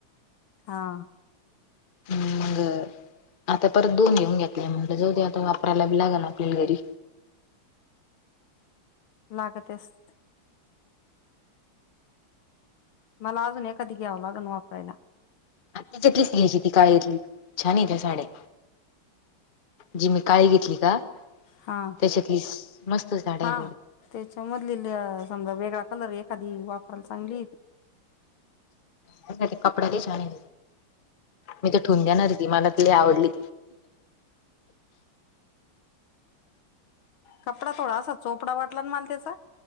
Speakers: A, on the left; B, on the left.
A: हा.
B: हम्, मग आता परत दोन घेऊन घ्या. म्हटलं, जाऊ ते आता वापरायला बी लागल आपल्याला घरी.
A: लागत बस. मला अजून एखादी घ्यावं लागन वापरायला.
B: आत्तीच्यातलीच घ्यायची ती काळ्यातली, छान येत्या साड्या. जी मी काळी घेतली का
A: हा
B: त्याच्यातलीच मस्त साडीय.
A: हा त्याच्यामधली समजा, वेगळा कलर एखादी वापरायला चांगली
B: त्याचा ते कपडा लई छानय. मी तर ठिवून घेणारय ति, मला ति लई आवडली.
A: कपडा थोडा असा चोपडा वाटला मला त्याचा.